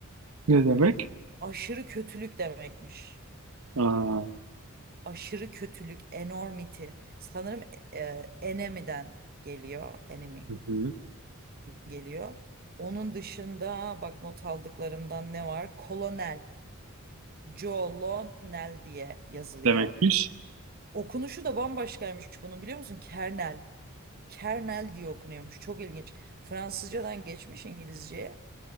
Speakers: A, on the right; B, on the right.
A: Ne demek?
B: Aşırı kötülük demekmiş.
A: Aa,
B: aşırı kötülük, enormity. Sanırım e, e, enemy'den geliyor, enemy'den
A: hı hı.
B: geliyor. Onun dışında bak not aldıklarımdan ne var? Kolonel, Colonel diye yazılıyor.
A: Demekmiş.
B: Okunuşu da bambaşkaymış bunun biliyor musun? Kernel. Kernel diye okunuyormuş. Çok ilginç. Fransızcadan geçmiş İngilizceye.